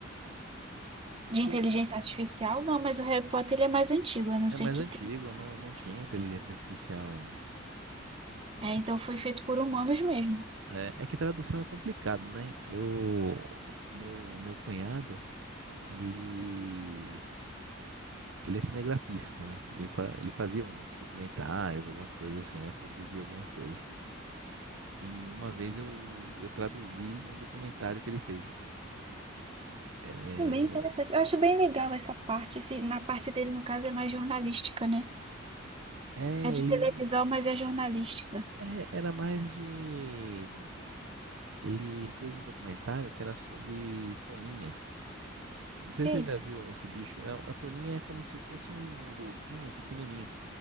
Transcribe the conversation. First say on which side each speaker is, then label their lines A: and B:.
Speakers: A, on the right (about 30°); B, on the right (about 70°).
A: de
B: Que
A: inteligência
B: eu,
A: artificial? Não, mas o Harry Potter ele é mais antigo, eu não
B: É
A: sei
B: mais
A: que
B: antigo,
A: tem.
B: não, não tinha inteligência artificial ainda.
A: É, então
B: É que,
A: foi feito por humanos mesmo.
B: é, é que tradução é complicado, né? Eu, o meu, o meu cunhado, ele, ele é cinegrafista, né? Ele, fa- ele fazia uns documentários, algumas coisas assim, né? Produzia algumas coisas. E uma vez eu, eu traduzi um documentário que ele fez. É,
A: E Bem interessante. Eu acho bem legal essa parte. Assim, na parte dele, no caso, é mais jornalística, né?
B: é
A: É de
B: ele
A: televisão, mas é jornalística.
B: é, era mais de. Ele fez um documentário que era sobre Toninha. Não sei
A: Que
B: se
A: é
B: você
A: isso?
B: já viu esse bicho. É, a toninha é como se fosse um, um golfinho pequenininho.